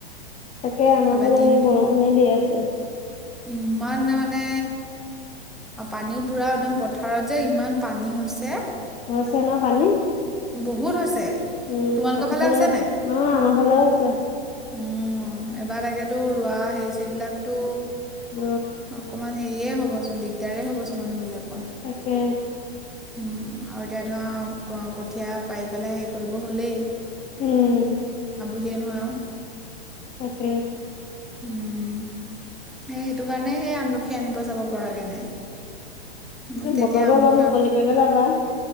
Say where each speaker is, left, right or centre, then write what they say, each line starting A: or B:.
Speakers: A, on the left (about 20°); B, in the centre.
A: তাকে আমাৰ
B: একেবাৰে
A: ফালৰ
B: দিনটো
A: এই বৰষুণে দি আছে।
B: ইমান মানে। অ পানীও পুৰা একদম প্ৰথম। পথাৰত যে ইমান পানী হৈছে।
A: হৈছে ন পানী।
B: বহুত হৈছে।
A: উম আমাৰ
B: তোমালোকৰ ফালে
A: ভাল
B: হৈছে
A: আছে
B: নাই
A: অ আমাৰ ফালে হৈছে।
B: উম এবাৰ তাকেতো লোৱা সেইচবিলাকতো।
A: অ
B: অকমান হেৰিয়ে হ'ব। কচোন দিগদাৰে হব চ মানুহবিলক।
A: তাকে।
B: উম আৰু এতিয়া ধৰা কঠীয়া পাৰি পেলাই হেৰি কৰিব হ'লেই।
A: উম।
B: সিকয়ে নহয় আও।
A: তাকে।
B: উম সেই সেইটো কাৰণে সেই আমলখি আনিব যাব পৰাগৈ নাই। মোক তেতিয়া
A: বতৰো
B: আমলখি
A: অলপ মুকলি
B: অনা
A: কৰিলে যাবা।